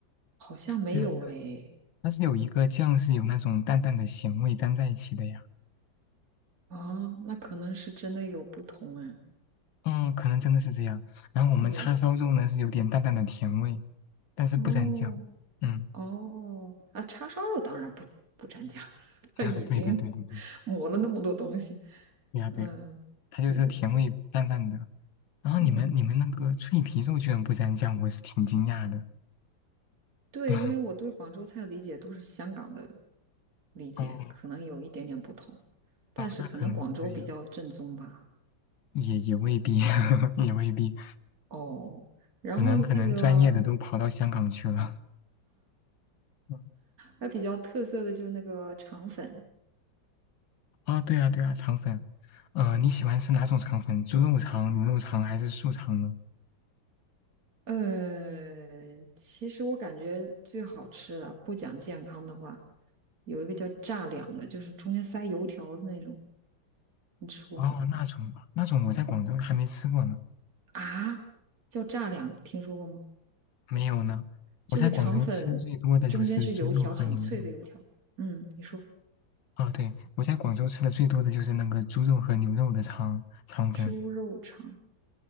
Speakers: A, on the right; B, on the left.
A: 好像没有诶。
B: 对啊，但是有一个酱是有那种淡淡的咸味沾在一起的呀。
A: 哦，那可能是真的有不同啊。
B: 嗯，可能真的是这样。然后我们叉烧肉呢是有点淡淡的甜味，
A: 对，
B: 但是不沾酱。
A: 哦
B: 嗯。
A: 哦啊，叉烧肉当然不不蘸酱，<laughs>
B: 啊，
A: 它已经
B: 对对对对对，
A: <laughs> 抹了那么多东西。
B: 对呀对呀，
A: 嗯，
B: 它就是甜味淡淡的。
A: 对对对，
B: 然后你们你们那个脆皮肉居然不沾酱，
A: 嗯，
B: 我是挺惊讶的。
A: 对，
B: <laughs>
A: 因为我对广州菜的理解都是香港的理解，
B: 哦
A: 可能有一点点不同，但是可能广州比较正宗吧。
B: 哦，那可能是这样，也也未必，<laughs> 也未必，
A: 哦，然后那个
B: 可能可能专业的都跑到香港去了。嗯，
A: 还比较特色的就是那个肠粉，
B: 啊，对啊对啊，肠粉，呃，你喜欢吃哪种肠粉？猪肉肠、牛肉肠还是素肠呢？
A: 呃，其实我感觉最好吃的，不讲健康的话，有一个叫炸两的，就是中间塞油条的那种，你吃过吗？
B: 哦，那种那种我在广州还没吃过呢，
A: 啊，叫炸两，听说过吗？
B: 没有呢。我在广州吃最多的就是猪肉和牛肉。
A: 就是肠粉中间是油条，很脆的油条。嗯，你说。
B: 哦，对，我在广州吃的最多的就是那个猪肉和牛肉的肠肠粉，
A: 猪肉肠，